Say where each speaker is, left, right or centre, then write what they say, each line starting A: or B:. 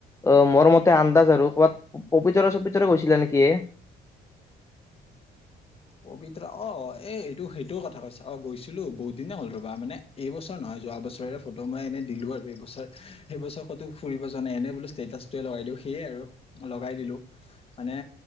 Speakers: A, on the left (about 15°); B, on the left (about 35°).
A: অ মোৰ মতে আন্দাজ আৰু ক'ৰবাত পবিতৰা-চবিতৰা গৈছিলা নেকি এ? <unintelligible>
B: পবিতৰা অ এ এইটো সেইটো কথা কৈছা অ গৈছিলো বহুত দিনেই হ'ল ৰ'বা মানে <unintelligible> এইবছৰ নহয় যোৱা বছৰেৰে ফটো, মই এনে দিলো আৰু এইবছৰ-এইবছৰ ক'তো ফুৰিব যোৱা নাই এনে বোলো ষ্টেটাচ <inaudible> <unintelligible> লগাই দিওঁ সেইয়ে আৰু লগাই দিলো। মানে